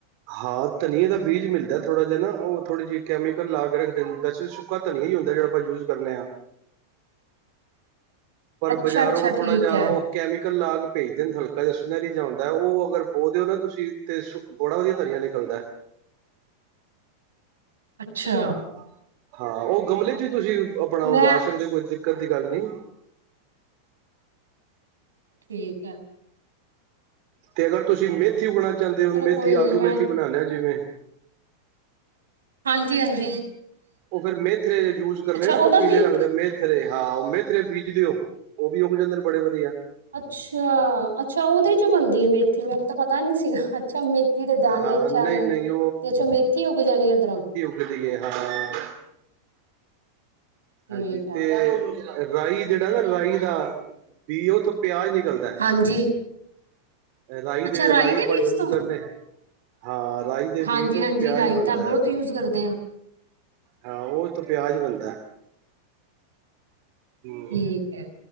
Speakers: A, on the right; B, on the right.
A: ਹਾਂ ਧਨੀਏ ਦਾ ਬੀਜ ਮਿਲਦਾ। ਥੋੜਾ ਜੀ ਨਾ ਉਹ ਥੋੜਾ ਕੈਮੀਕਲ ਦਾ ਕੇ ਰੱਖਦੇ ਵੈਸੇ ਸੁੱਕਾ ਧਨੀਆ ਹੀ ਹੁੰਦਾ, ਜਿਹੜਾ ਆਪਾਂ ਯੂਜ ਕਰੇ ਹਾਂ। ਪਰ
B: ਅੱਛਾ
A: ਬਾਜ਼ਾਰੋਂ
B: ਅੱਛਾ
A: ਥੋੜ੍ਹਾ
B: ਠੀਕ
A: ਜਿਹਾ,
B: ਹੈ
A: ਉਹ ਕੈਮੀਕਲ ਲਾਗ ਭੇਜਦੇ ਨੇ ਹਲਕਾ ਜਾ ਸੁਨਹਿਰੀ ਜਿਹਾ ਹੁੰਦਾ, ਉਹ ਅਗਰ ਬੋਹ ਦਿਓ ਨਾ ਤੁਸੀਂ ਤੇ ਬੜਾ ਵਧੀਆ ਧਨੀਆ ਨਿਕਲਦਾ।
B: ਅੱਛਾ
A: ਹਾਂ-ਹਾਂ, ਉਹ ਗਮਲੇ ਚ ਵੀ ਤੁਸੀਂ ਆਪਣਾ
B: ਮੈਂ
A: ਉਗਾ ਸਕਦੇ ਹੋ, ਕੋਈ ਦਿੱਕਤ ਦੀ ਗੱਲ ਨਹੀ।
B: ਠੀਕ ਹੈ
A: ਤੇ ਅਗਰ ਤੁਸੀਂ ਮਿੱਤ ਮੇਥੀ ਉਗਾਣਾ ਚਾਦੇ
B: ਚਲੋ
A: ਹੋ, ਮੇਥੀ
B: ਕੋਈ ਨੀ
A: ਆਲੂ ਮੇਥੀ
B: ਮੈਂ
A: ਬਣਾਏ ਆ ਲਿਆ ਜਿਵੇਂ
B: ਹਾਂਜੀ-ਹਾਂਜੀ।
A: ਉਹ ਫੇਰ ਮੇਥਰੇ ਯੂਜ ਕਰਨੇ ਨਾ
B: ਉਹਦਾ
A: ਪੀਲੇ
B: ਕੀ
A: ਰੱਖਦੇ ਮ ਥਰੇ ਹਾਂ ਮੇਥਰੇ ਬੀਜ ਦਿਓ, ਉਹ ਵੀ ਉੱਗ ਜਾਂਦੇ ਨੇ ਬੜੇ ਵਧੀਆ।
B: ਅੱਛਾ-ਅੱਛਾ, ਉਹਦੇ ਚੋ ਬਣਦੀ ਹੈ ਮੇਥ ਥ ਮੈਨੂੰ ਤਾਂ ਪਤਾ ਹੀ ਨੀ ਸੀਗਾ ਅੱਛਾ, ਮੇਥੀ ਦੇ ਦਾਣੇ
A: ਹਾਂ
B: ਅੱਛਾ
A: ਨਹੀਂ
B: ਨੂੰ
A: ਨਹੀਂ
B: ਤੇ ਅੱਛਾ ਮੇਥੀ ਉੱਗ ਜਾਣੀ ਉੱਧਰੋਂ
A: ਵਧੀਏ ਹਾਂ
B: ਠੀਕ
A: ਹਾਂਜੀ
B: ਹੈ
A: ਤੇ ਰਾਈ ਜਿਹੜਾ ਨਾ ਰਾਈ ਦਾ ਬੀ ਉਥੋਂ ਪਿਆਜ ਨਿਕਲਦਾ।
B: ਹਾਂਜੀ
A: ਹੈ ਰਾਈ
B: ਅੱਛਾ
A: ਦੇ ਰਾਈ, ਆਪਾਂ
B: ਬੀਜ
A: ਯੂਜ
B: ਤੋਂ
A: ਕਰਨੇ ਹਾਂ ਰਾਈ। ਦੇ
B: ਹਾਂਜੀ
A: ਬੀ ਤੋਂ
B: ਹਾਂਜੀ
A: ਪਿਆਜ਼
B: ਰਾਈ
A: ਬਣਦਾ
B: ਤਾਂ ਬਹੁਤ
A: ਏ।
B: ਯੂਜ਼ ਕਰਦੇ ਆ
A: ਹਾਂ ਉਹ ਤੋਂ ਪਿਆਜ ਬਣਦਾ। ਹੂੰ,
B: ਠੀਕ ਹੈ